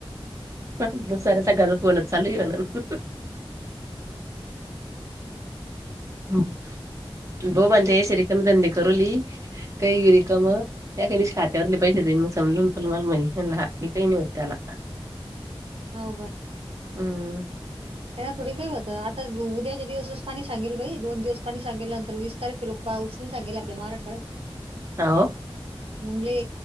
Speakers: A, on the right (about 30°); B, on the right (about 75°).
A: सऱ्या सकाळ तर फोन चालूला <unintelligible> बो म्हते सर कमी धंदे करूली काही रकम त्या ख त्यावरले पैसे देईन मग समजून त तूला मी म्हणली हा काही नाही होते त्याला
B: होव का
A: हम्म
B: त्यांना थोडी काय होतं आता उद्याच्या दिवसच पाणी सांगेल बाई दोन दिवस पानी सांगल्या नंतर वीस तारखे लोक पाऊसनी सांगेले आपल्या मराठवाड्यात
A: हो
B: मगली